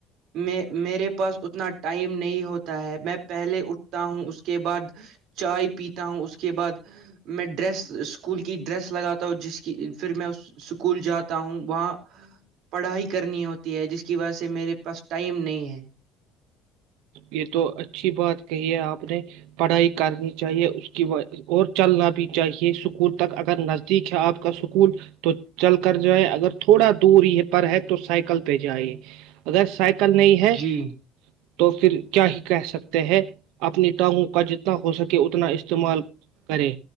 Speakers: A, on the right; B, on the right.
A: میں میرے پاس اتنا ٹائم نہیں ہوتا ہے میں پہلے اٹھتا ہوں اس کے بعد چائے پیتا ہوں اس کے بعد میں ڈریس اسکول کی ڈریس لگاتا ہوں جس کی پھر میں اسکول جاتا ہوں وہاں پڑھائی کرنی ہوتی ہے جس کی وجہ سے میرے پاس ٹائم نہیں ہے
B: یہ تو اچھی بات کہی ہے آپ نے پڑھائی کرنی چاہیے اس کی اور چلنا بھی چاہیے اسکول تک اگر نزدیک ہے آپ کا سکول تو چل کر جائے اگر تھوڑا دور یہ پر ہے تو سائیکل پہ جائے اگر سائیکل کل نہیں ہے
A: جی
B: تو پھر کیا ہی کہہ سکتے ہیں اپنی ٹانگوں کا جتنا ہو سکے اتنا استعمال کرے